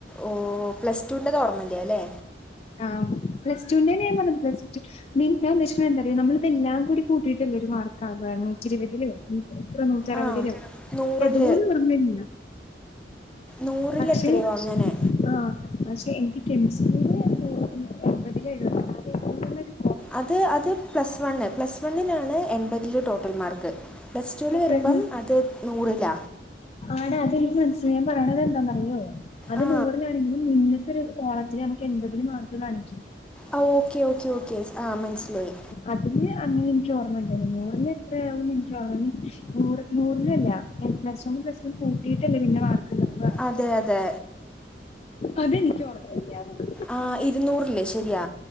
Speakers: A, in the centre; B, on the left.
A: ഓഹ് പ്ലസ് ടുൻ്റെത് ഓമ്മയില്ല അല്ലേ
B: ആഹ് പ്ലസ്ടുന്റേന് ഞാൻ പറഞ്ഞു <unintelligible> മീൻ <unintelligible> നമ്മളിതെല്ലാം കൂ കൂട്ടിയിട്ടല്ലേ ഒരു മാർക്ക് ആ നാന്നൂറ്റി ഇരുപതില് എത്ര നൂറ്റി അറുപതിലും
A: ആ
B: എനിക്ക്
A: നൂറിൽ
B: അതുപോലും ഓർമ്മയില്ല
A: നൂറിൽ
B: പക്ഷെ
A: എത്രയോ അങ്ങനെ
B: ആഹ് പക്ഷെ എനിക്ക് കെമിസ്ട്രില് എൺപതിൽ എഴപത്തിനാല് <unintelligible>
A: അത് അത് പ്ലസ് വൺ പ്ലസ് വണ്ണിലാണ് എൺപതില് ടോട്ടൽ മാർക്ക് പ്ലസ് ടുവില്
B: അപ്പഴ്
A: വരുമ്പം അത് നൂറില
B: ആടാ അതെനിക്ക് മനസ്സിലായി ഞാൻ പറയണതെന്താന്നറിയോ അത്
A: ആ
B: നൂറിലാണെങ്കിലും മുന്നത്തൊരു കോളത്തില് നമുക്ക് എൺപതില് മാർക്ക് കാണിക്കും
A: ആ ഓക്കെ ഓക്കെ ഓക്കെ ആഹ് മനസ്സിലായി
B: അതിന് അന്നേരം എനിക്ക് ഓർമയുണ്ട് നൂറില് എത്രയാകുമെന്ന് എനിക്ക് അതിന് നൂറിലല്ല എ പ്ലസ് പ്ലസ് വണ്ണും പ്ലസ് ടും കൂട്ടിട്ടല്ലേ പിന്ന മാർക്ക് ഇടുന്ന <unintelligible>
A: അതെ അതെ
B: അതെനിക്കോർമ്മയില്ലാന്നെ
A: ആ ഇരുന്നൂറില് ശരിയാ